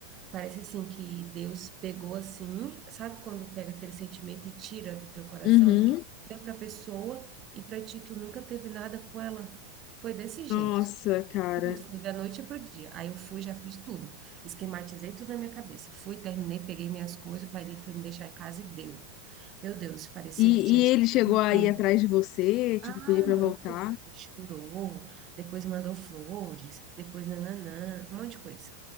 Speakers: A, on the right; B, on the left.
A: Parece assim que Deus pegou assim. Sabe quando pega aquele sentimento e tira do teu coração?
B: Uhum.
A: Que olha pra pessoa e pra ti tu nunca teve nada com ela. Foi desse jeito.
B: Nossa, cara.
A: Foi da noite pro dia. Aí eu fui, já fiz tudo. Esquematizei tudo na minha cabeça. Fui, terminei, peguei minhas coisas. O pai dele foi me deixar em casa e deu. Meu Deus, parecia
B: E,
A: que tinha tido
B: e ele chegou
A: um
B: aí
A: tiro.
B: atrás de você,
A: Ah,
B: tipo, pedir pra
A: muito
B: voltar.
A: lindo. Chorou, depois mandou flores, depois nananã, um monte de coisa.